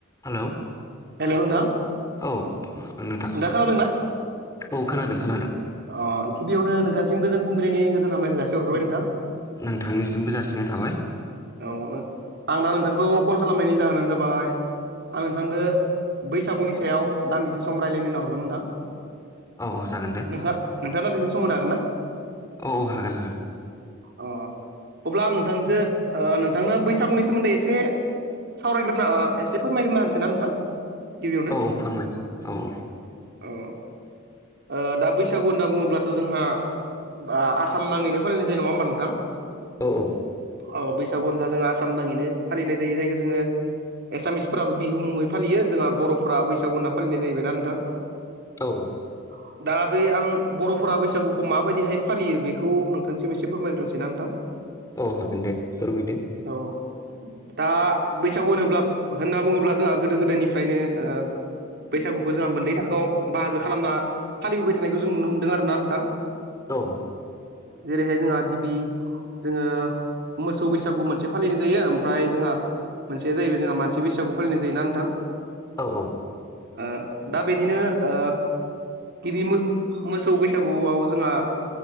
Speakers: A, on the left; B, on the right.
A: Hello
B: hello नोंथां
A: औ नोंथां
B: नोंथाङा खोनादोंना
A: औ खोनादों खोनादों
B: अ गिबियावनो नोंथांसिमज फुंबिलिनि गोजोन हामलायनाय जासि हरग्राय नोंथां
A: नोंथांनिसिमबो जासिनाय थाबाय
B: औ आं दा नोंथांखौ कल खालामनायनि जाहोनानो जाबाय आं नोंथांदो बैसागुनि सायाव दान्दिसे सम रायज्लायनो नाहरदों नोंथां।
A: औ औ जागोन दे
B: नोंथां नोंथाङा दसे समहोनो हागोना?
A: औ औ हागोन हागोन
B: अ अब्ला आं नोंथांजो ओ नोंथांनो बैसागुनि सोमोन्दै एसे सावरायग्रोनो ओ एसे फोरमायग्रोन होनोसै ना नोंथां। गिबियावनो
A: औ फोरमायदो औ औ
B: औ ओ दा बैसागु होनना बुङोब्लाथ' जोंहा बा आसाम नाङैनो फालिनाय जायो नङा होमबा नोंथां?
A: औ औ
B: अ बैसागु होनब्ला जोंहा आसाम नाङैनो फालिनाय जायो जायखौ जोङो एसामिसफोराबो बिहु मुङै फालियो जोंहा बर'फोरा बैसागु होनना फालिनाय जाहैबाय ना नोंथां?
A: औ औ
B: <inaudible> दा बे आं बर'फोरा बैसागुखौ माबायदिहाय फालियो बेखौ नोंथांसिम एसे फोरमायग्रोनोसै ना नोंथां?
A: औ हागोन दे फोरमायदो
B: औ दा बैसागु होनोब्ला होनना बुङोब्ला जोंहा गोदो गोदायनिफ्रायनो ओ बैसागुखौ जोंहा मोननै थाखोआव बाहागो खालामना फालिबोबाय थानायखौ जों नुनो मोनदों आरो ना नोंथां।
A: औ
B: जेरैहाय जोंहा गिबि जोङो मोसौ बैसागु मोनसे फालिनाय जायो ओमफ्राय जोंहा मोनसेया जाहैबाय जोंहा मसि बैसागु फालिनाय जोना नोंथां
A: औ औ
B: ओ दा बेनिनो ओ गिबि मो-मोसौ बैसागुआव जोंहा